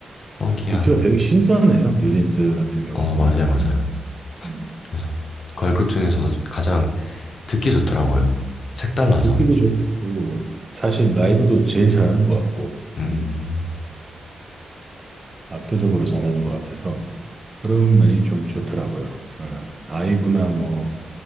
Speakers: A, on the left; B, on the right.
A: 펑키하고
B: 비트가 되게 신선해요, 뉴진스 같은 경우에는.
A: 어 맞아요 맞아요
B: 음, 음.
A: 그래서 걸그룹 중에서도
B: 네.
A: 가장 듣기 좋더라고요 색달라서
B: 듣기도 좋고, 사실 라이브도 제일 잘하는 것 같고,
A: 음
B: 음. 네. 압도적으로 잘하는 것 같아서 그런 면이 좀 좋더라고요. 예. 아이브나 뭐